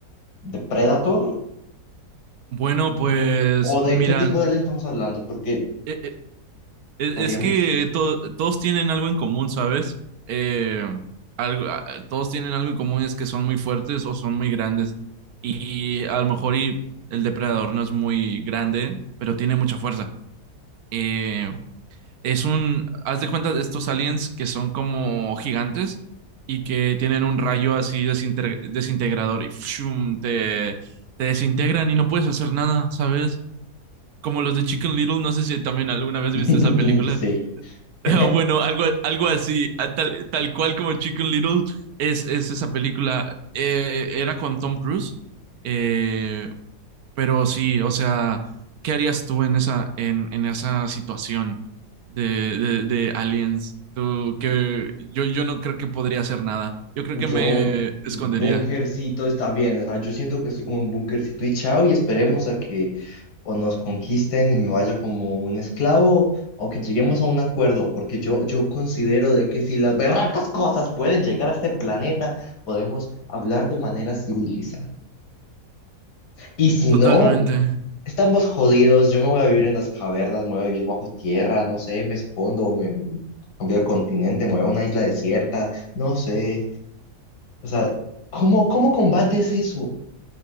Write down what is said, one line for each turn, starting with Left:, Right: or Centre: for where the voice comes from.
Left: de Predator?
Right: Bueno, pues
Left: ¿De Predator? ¿O de
Right: mira,
Left: qué tipo de alien estamos hablando? Porque
Right: e- Es,
Left: varía
Right: es
Left: mucho.
Right: que to- todos tienen algo en común, ¿sabes? Eh, algo, a- todos tienen algo en común, es que son muy fuertes o son muy grandes. Y a lo mejor y el depredador no es muy grande, pero tiene mucha fuerza. Eh, es un, haz de cuenta de estos aliens que son como gigantes y que tienen un rayo así desinter- desintegrador y ¡fshum! te, te desintegran y no puedes hacer nada, ¿sabes? Como los de Chicken Little, no sé si también alguna vez
Left: <laughs>
Right: viste esa película.
Left: Sí.
Right: <laughs>
Left: <laughs>
Right: Ah, Bueno, algo, algo así, ah, tal, tal cual como Chicken Little es, es esa película. Eh, era con Tom Cruise, eh, pero sí, o sea, ¿qué harías tú en esa, en, en esa situación de, de, de aliens? Tú, que yo, yo no creo que podría hacer nada. Yo creo
Left: Yo,
Right: que me escondería.
Left: bunkercito está bien o sea, yo siento que estoy como un bunkercito y chao y esperemos a que o nos conquisten y me vaya como un esclavo o que lleguemos a un acuerdo, porque yo, yo considero de que si las berracas cosas pueden llegar a este planeta, podemos hablar de manera civilizada. Y si no,
Right: Totalmente.
Left: estamos jodidos, yo me voy a vivir en las cavernas, me voy a vivir bajo tierra, no sé, me escondo, me me cambio de continente, me voy a una isla desierta, no sé. O sea, ¿cómo, cómo combates eso?